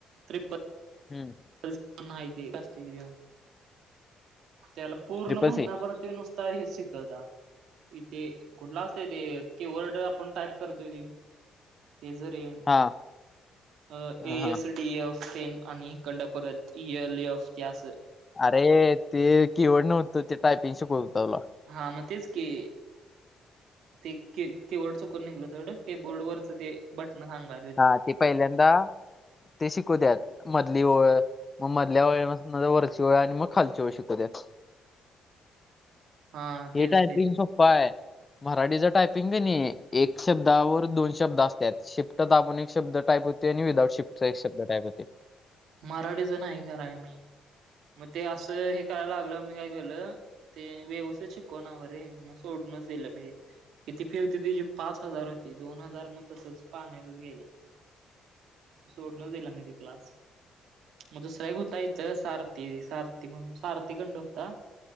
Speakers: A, on the right; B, on the left.
A: त्रिप्प
B: हम्म
A: <inaudible> त्याला पूर्ण
B: ट्रिपल
A: महिनाभर
B: सी
A: त्यो नुसता हेच शिकता इथे कुठला असतय ते किवर्ड आपण टाईप करतोय ते हे जरी
B: हा
A: अ
B: हा
A: ए
B: हा.
A: एस <inaudible> डीफ तेन आणि कंड परतल एल एफ ते अस
B: अरे ते किवर्ड नव्हत ते टायपिंग शिकवत होता तो
A: हां मग तेच की ती क कीबोर्ड चुकून निघल तेढं कीबोर्ड वरच ते बटन सांगा
B: हा ते पहिल्या ते शिकवतात मधली ओळ, मग मधल्या ओळी पसन वरची ओळ आणि मग खालची ओळ शिकवत्यात
A: हा
B: हे
A: तेच
B: टायपिंग
A: ते
B: होय, मराठीच टायपिंग किनय एक शब्दावर दोन शब्द असत्यात शि फ्ट दाबून एक शब्द टाईप होतय आणि विदाउट शिफ्टचा एक शब्द टाईप होतय.
A: मराठीच नाही कराय, मी मग ते असं हे करायला लागलं मी काय केलं, ते व्यवस्थित शिकवणारे मग सोडूनच दिलं मी, किती फी होती तेजी पाच हजार होती. दोन हजार मग तसंच पाण्यातच गेले ते. सोडूनच दिला मी ती क्लास, मग दुसऱ्या एक होता इथं, सारथी, सारथी म्हणून सारथी कंड होता.